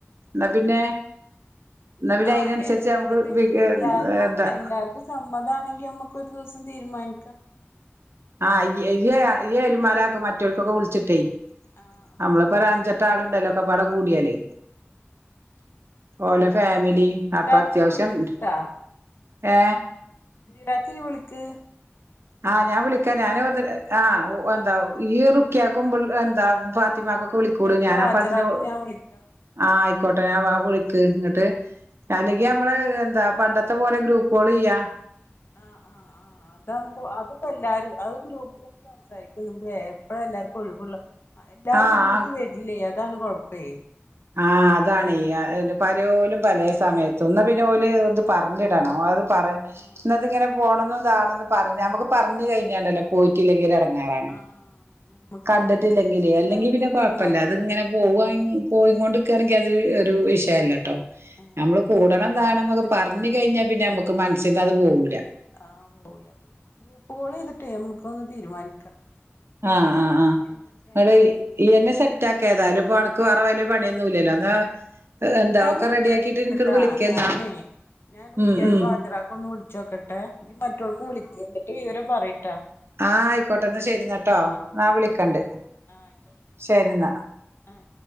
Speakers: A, on the right (about 65°); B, on the left (about 55°).
A: ന്ന പിന്നെ പിന്നെ
B: ആ
A: അതിനനുസരിച്ച് നമുക്ക്
B: ഏകതേശം എല്ലാരും
A: എന്താ
B: എല്ലാര്ക്കും സമ്മതമാണെങ്കി ഞമ്മക്കൊരു ദിവസം തീരുമാനിക്കാ
A: ആ യെയ്യ് ഇയ്യ് എരുമാറാക് മറ്റൊര്ക്കൊക്കെ വിളിച്ചിട്ടെയ്
B: ആഹ്
A: നമ്മളിപ്പ ഒരഞ്ചേട്ടാളുണ്ടല്ലോ ഒക്കപ്പാടെ കൂട്യാല്
B: ആഹ് ആഹ്
A: ഓല
B: ആഹ്
A: ഫേമിലി
B: നദീറാക്ക്
A: അപ്പം അത്യാവിശ്യം
B: ഇയ്യ് വിളിക്ക്ട്ടാ
A: ണ്ട് ഏ
B: രാത്രി വിള്ക്ക്
A: ആ ഞാൻ വിളിക്കാ ഞാന് ന്തോര് ആ ഒ എന്തം ഈ റുക്കിയാക്കുമ്പ്ള്ളെ എന്ത ഫാത്തിമാക്കൊക്കെ
B: ആഹ് റുക്കിയാക്കും
A: വിളിക്കൂട് ഞാൻ
B: ഹാജറാക്കും
A: അപ്പത്തിനു
B: ഞാൻ വിളിക്കാം
A: ആ ഐക്കോട്ടെ ഞാൻ ഇവളെകുളിക്ക് ട്ട് അല്ലെങ്കി നമ്മള് എന്താ പണ്ടത്തെ പോലെ ഗ്രൂപ്പോളെയ്യാ
B: ആ ആ ആ അതാമ്പോ അത്പ്പ എല്ലാരും അത് ഗ്രൂപ്പിലന്ന് സംസാരിക്കുല്ലേ എപ്പഴാ എല്ലാവർക്കും ഒഴിവുള്ള എല്ലാരും
A: ആഹ്
B: ഒരുമിച്ച് വരില്ലേ അതാണ് കൊഴപ്പേ
A: ആ അതാണെയ് അ പലോലു പലേ സമയത്തും ഒന്ന് പിന്നെ ഓല് ഇത് പറഞ്ഞിടണം അത് പറ
B: ആഹ്
A: എന്നിട്ടങ്ങനെ പോണംന്നതാണെന്ന് പറഞ്ഞ ന്നമക്ക് പറഞ്കൈഞ്ഞാലല്ലെ പോയ്റ്റില്ലെങ്കിലെട ഏ
B: ആഹ് നമ്മുക്ക്
A: കണ്ടിട്ടില്ലെങ്കില്
B: എന്നാ
A: അല്ലെങ്കി
B: എന്നാ ഇങ്ങനെ
A: പിന്നെ കൊഴപ്പല്ല
B: തീരുമാനിക്കാം
A: അത്ങ്ങനെ പോവാൻ പോയി കൊണ്ടിക്കെണെങ്കി അത് ഒരു വിഷയല്ലട്ടോ
B: ആഹ്
A: നമ്മള് കൂടണം
B: ഗ്രൂപ്പ്
A: താണംന്നൊക്കെ
B: കോൾ ചെയ്തിട്ടേ
A: പറഞ്കയ്ഞ്ഞാ പിന്നെ നമ്മുക്ക് മനസ്സിന്നത് പോകും
B: ആ പോയാല് കോളെയ്തിട്ടേ നമുക്കൊന്ന് തീരുമാനിക്കാം
A: ആ ആ ആ
B: എന്തൊക്കെയാണ്
A: ഇപടെ ഈ
B: ഏതൊക്കെയാന്നൊക്കെ
A: ഈയെനെ സെറ്റാക്കെതായ്ലും ഇപ്പനക്ക് വേറെ വല്യ
B: ആഹ്
A: പണിയൊന്നുല്ലല്ലോ അതാ എന്താ
B: ഞാനൊന്ന്
A: ഒക്കെ
B: വിളിച്ചോക്കട്ടെട്ടാ
A: റെഡിയാക്കിട്ട് എനിക്കൊരു വിളിക്കെന്നാ
B: ഞാനേ ഞാൻ റുക്ക്യാക്കും
A: ഉം ഉം
B: ഹജറാക്കൊന്ന് വിളിച്ചോക്കട്ടെ നി മറ്റോൾക്കും വിളിക്ക്‌ എന്നിട്ട് വിവരം പറയ്
A: ആ ആയിക്കോട്ടെ ന്ന ശെരിന്നട്ടോ
B: ആഹ്
A: ആ വിളിക്കണ്ട്
B: ആ ആയിക്കോട്ടെ
A: ശരിന്നാ
B: ആ ശരി